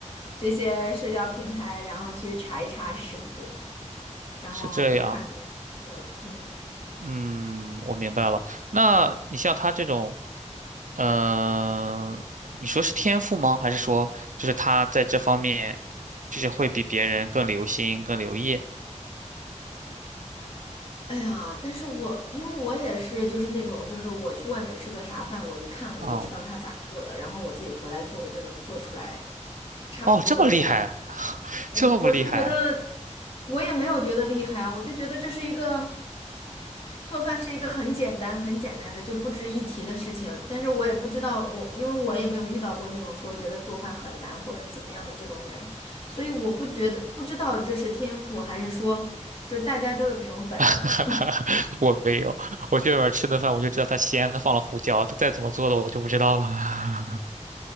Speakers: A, on the left; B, on the right.
A: 这些社交平台，然后去查一查食谱，然后就看着别人家做了。
B: 是这样，
A: 嗯，
B: 嗯，我明白了。那你像他这种，嗯、你说是天赋吗？还是说就是他在这方面，就是会比别人更留心、更留意？
A: 哎呀，但是我因为我也是就是那种就是我去外面吃个啥饭，我一看我就知道他咋做的，
B: 哦，
A: 然后我自己回来做，我就能做出来差不多的味道。
B: 哦，这么厉害，<laughs>
A: 嗯，
B: 这么厉害。
A: 我就觉得我也没有觉得厉害啊，我就觉得这是一个做饭是一个很简单、很简单的就不值一提的事情。但是我也不知道我，因为我也没有遇到过那种说觉得做饭很难或者怎么样的这种人，所以我不觉得不知道这是天赋还是说就是大家都有这种本能。
B: <laughs> 哈哈，我没有，我去外面吃顿饭，我就知道它咸的放了胡椒，它再怎么做的我就不知道了。